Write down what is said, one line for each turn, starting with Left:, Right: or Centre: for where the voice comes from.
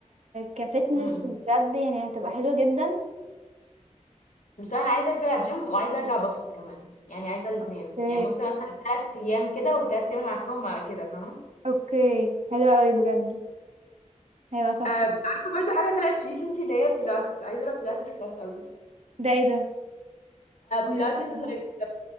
Right: كفتنس
Left: مم.
Right: بجد يعني هتبقى حلوة جدا
Left: بس انا عايزه ارجع جيم وعايزه ارجع باسكت كمان يعني عايزه الاثنين
Right: اوكي
Left: يعني ممكن مثلا ثلاث ايام كده والثلاث ايام اللي عكسهم كده فاهمه
Right: اوكي حلو قوي بجد هيبقى تحفة
Left: أم، عارفه برضو حاجه طلعت ريسنتلي اللي هي بيلاتس عايزه اروح بيلاتس كلاس قوي
Right: ده ايه ده انا
Left: بيلاتس
Right: سمعت عنه
Left: از لايك